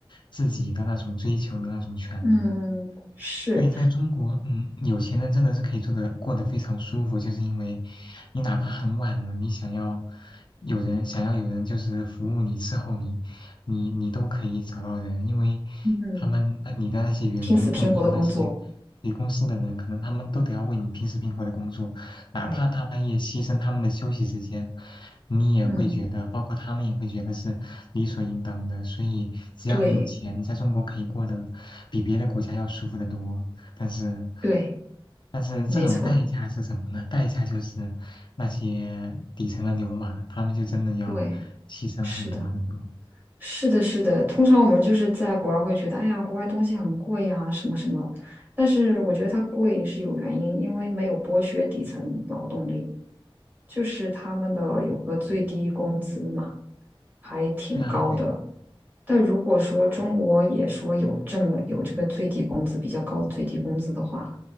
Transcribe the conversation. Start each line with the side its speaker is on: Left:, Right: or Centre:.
Left: 自己的那种追求的那种权利。
Right: 嗯，是，
Left: 所以，在中国，嗯，有钱人真的是可以做的过得非常舒服，就是因为你哪怕很晚了，你想要有人想要有人就是服务你伺候你，你你都可以找到人，因为
Right: 嗯，
Left: 他们呃你的那些员工或者说那些你公司的人，
Right: 拼死拼活的工作，
Left: 可能他们都得要为你拼死拼活的工作，哪怕大半夜牺牲他们的休息时间，
Right: 对，
Left: 你也会觉得，
Right: 嗯，
Left: 包括他们也会觉得是理所应当的。所以，只要你有钱，
Right: 对
Left: 你在中国可以过得比别的国家要舒服得多。但是，
Right: 对，
Left: 但是这种代价是什么呢？
Right: 没错，
Left: 代价就是那些底层的牛马，他们就真的要牺牲很多很多。
Right: 对，是的。是的，是的，通常我们就是在国外会觉得，哎呀，国外东西很贵呀，什么什么。但是我觉得它贵是有原因，因为没有剥削底层劳动力，就是他们的有个最低工资嘛，还挺高的。
Left: 对啊，对啊
Right: 但如果说中国也说有这么有这个最低工资比较高的最低工资的话，